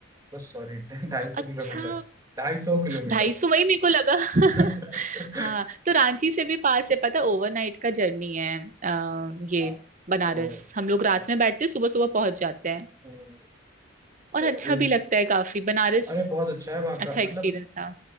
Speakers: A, on the right; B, on the right.
A: बस सॉरी <laughs> ढाई सौ
B: अच्छा
A: किलोमीटर ढाई सौ किलोमीटर
B: ढाई सौ वही मेरे को लगा <laughs>
A: <laughs>
B: हाँ तो रांची से भी पास है पता ओवरनाइट का जर्नी है आ, ये
A: हाँ
B: बनारस
A: तो
B: हम लोग रात
A: हाँ,
B: में बैठते सुबह सुबह पहुंच जाते हैं
A: हम्म,
B: और
A: तो
B: अच्छा
A: अभी
B: भी लगता है काफी बनारस
A: अरे बहुत अच्छा है वहाँ का
B: अच्छा
A: मतलब
B: एक्सपीरियंस था